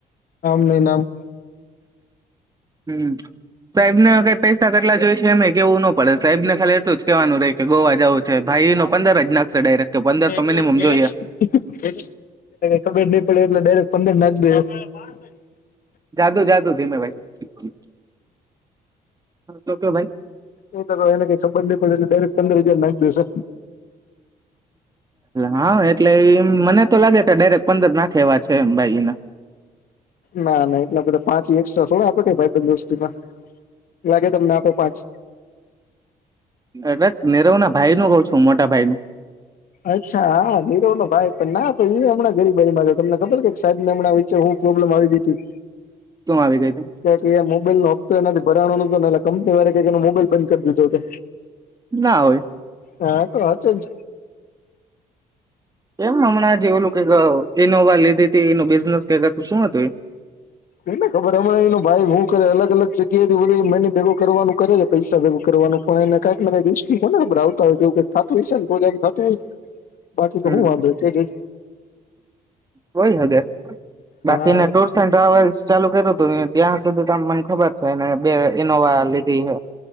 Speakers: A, on the left (about 60°); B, on the right (about 25°).
A: આમ નઈ ને આમ
B: હમ્મ. સાહેબ ને કઈ પૈસા કેટલા જોઈ છે, એમે કેવું ના પડે સાહેબ ને ખાલી એટલું જ કેહેવાનું રહે, કે ગોવા જવું છે. ભાઈ, નોંધંદ રજનાક છે, ડાયરેક્ટ
A: કબજ
B: પંદર તો મિનિમમ
A: નહી,
B: જોઈએ
A: પડે એટલે ડરેક્ટ પંદર નાખ પાડી
B: જાદુ, જાદુ ધીમે ભાઈ. હા, શો કે ભાઈ.
A: એ તો એને કઈ ખબર નહી, પડે એટલે ડાયરેક્ટ પંદર હજાર, નાગી દેશે
B: હા એટલે એમ મને તો લાગે કે ડાયરેક્ટ પંદર નાખેવા છે એમ ભાઈ એના.
A: ના ના એટલા બધા પાંચ એકક્સ્ટ્રા થોડ આપે કે ભાઈબંધ દોસ્તી માં. લાગે તમને આપે પાંચ.
B: એટલે નીરવ ના ભાઈ નું કઉ છું મોટા ભાઈ નું.
A: અચ્છા હા નીરવ નો ભાઈ પણ ના એ હમણાં ગરીબાઈ માં છે તમને ખબર છે સાહેબ ને હમણા વચ્ચે હું પ્રોબ્લેમ આવી ગીતી.
B: ચમ આવી. ગઈ હતી
A: ક મોબાઈલ નો હપ્તો એ એમનાથી ભરણો ન ન ન ન કંપની વારા કેકે એનો મોબાઈલ બંધ કર દીધો તો.
B: ના હોય
A: હા તો હાચો જ
B: એમ હમણાં જે ઓલું ક અ ઇનોવા લીધી તી એનું બિઝનેસ કંઈક હતું શું હતું ઈ.
A: એને ખબર હમણાં એનો ભાઈ હું કરે અલગ અલગ જગ્યાએથી બધી મની ભેગું કરવાનું કરે છે. પૈસા ભેવું કરવાનું પણ એને કાઈક ને કંઈક ઇસ ઈ કોના પર આવતા હોય કંઈક થાતું હઈસે ને કોઈક એમ થાતું હોય બાકી તો
B: હમ
A: હું વાંધોય કેજે
B: કોય હદે બાકીને
A: હા
B: ટુર્સ એન્ડ ટ્રાવેલ્સ ચાલુ <inaudible> ત્યાં સુધી ત મને ખબર છે એને બે ઇનોવા લીધી હે.